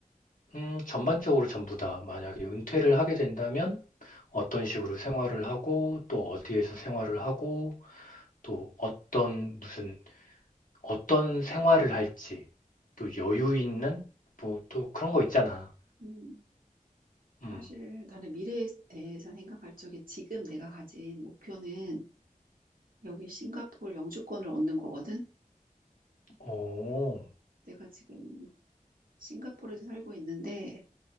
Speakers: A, on the left (about 70°); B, on the right (about 80°).
A: 음, 전반적으로 전부 다 만약에 은퇴를 하게 된다면 어떤 식으로 생활을 하고 또 어디에서 생활을 하고 또 어떤 무슨 어떤 생활을 할지 또
B: 음,
A: 여유 있는 뭐 또 그런 거 있잖아.
B: 음,
A: 음.
B: 사실 나는 미래에 대해서 생각할 적에 지금 내가 가진 목표는 여기 싱가포르 영주권을 얻는 거거든.
A: 오.
B: 내가 지금 싱가포르에서 살고 있는데